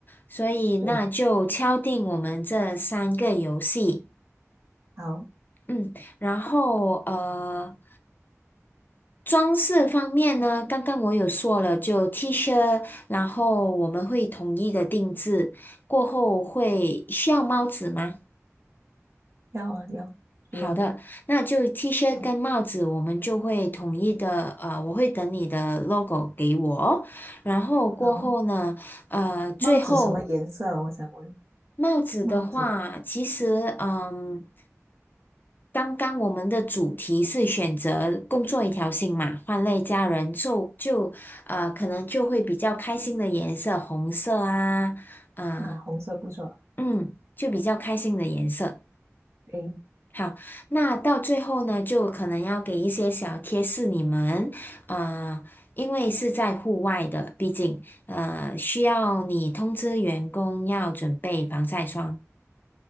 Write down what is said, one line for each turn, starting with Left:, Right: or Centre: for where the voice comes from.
Left: 所以那就敲定我们这三个游戏。
Right: 对，好，
Left: 嗯，然后呃，装饰方面呢，刚刚我有说了，就 T 恤，然后我们会统一的定制，过后会需要帽子吗？
Right: 要啊要，需要。
Left: 好的，那就 T 恤跟帽子，
Right: 嗯，
Left: 我们就会统一的，呃，我会等你的 logo 给我，然后过后呢，
Right: 好，
Left: 呃，最后
Right: 帽子什么颜色啊？我想问，
Left: 帽子的话，
Right: 帽子。
Left: 其实嗯。刚刚我们的主题是选择工作一条心嘛，换类家人就就呃，可能就会比较开心的颜色，红色啊，啊、
Right: 啊，红色不错，
Left: 嗯，就比较开心的颜色。
Right: 可以
Left: 好，那到最后呢，就可能要给一些小贴士你们，啊、因为是在户外的，毕竟呃需要你通知员工要准备防晒霜。